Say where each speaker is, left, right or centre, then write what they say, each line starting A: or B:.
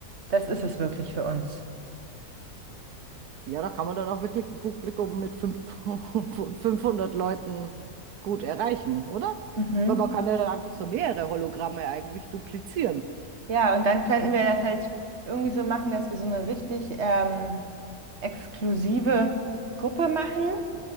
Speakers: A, on the right (about 45°); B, on the right (about 85°).
A: das ist es wirklich für uns.
B: Ja, da kann man dann auch wirklich ein Publikum mit fünf- <laughs> 500 Leuten gut erreichen, oder?
A: Mhm.
B: Weil man kann ja dann einfach so mehrere Hologramme eigentlich duplizieren.
A: Ja, und dann könnten wir das halt irgendwie so machen, dass wir so eine richtig ähm, exklusive Gruppe machen.